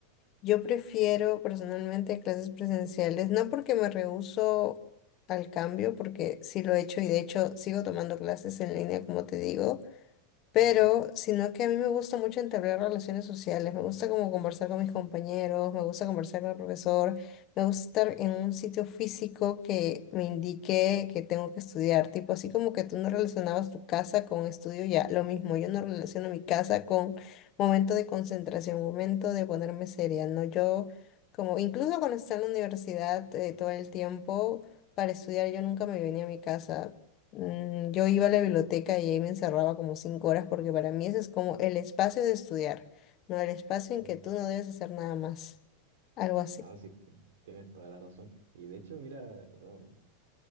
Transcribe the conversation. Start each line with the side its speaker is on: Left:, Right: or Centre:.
Left: yo prefiero personalmente clases presenciales, no porque me rehúso al cambio, porque sí lo he hecho y de hecho sigo tomando clases en línea, como te digo. Pero,
Right: Mm,
Left: sino que a mí me gusta mucho entablar relaciones sociales, me gusta como conversar con mis compañeros, me gusta conversar con el profesor, me gusta estar en un sitio físico que me indique que tengo que estudiar, tipo así como que tú no relacionabas tu casa con estudio, ya, lo mismo, yo no relaciono mi casa con momento de concentración, momento de ponerme seria, ¿no? Yo, como, incluso cuando estaba en la universidad eh, todo el tiempo para estudiar, yo nunca me venía a mi casa. Mm, Yo iba a la biblioteca y ahí me encerraba como cinco horas porque para mí ese es como el espacio de estudiar, no el espacio en
Right: claro.
Left: que tú no debes hacer nada más, algo así.
Right: No, sí, tienes toda la razón. Y de hecho, mira, bueno,